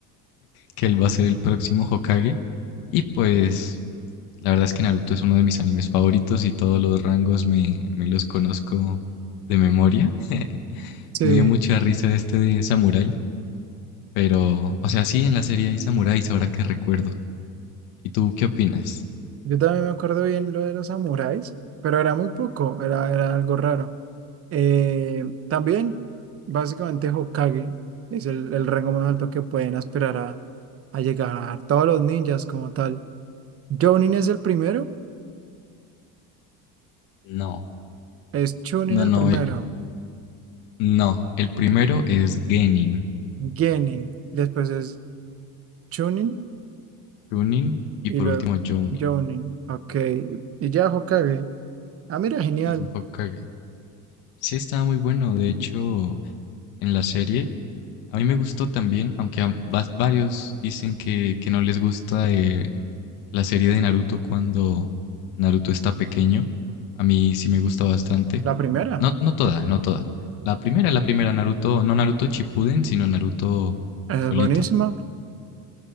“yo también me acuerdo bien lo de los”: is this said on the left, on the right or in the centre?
Right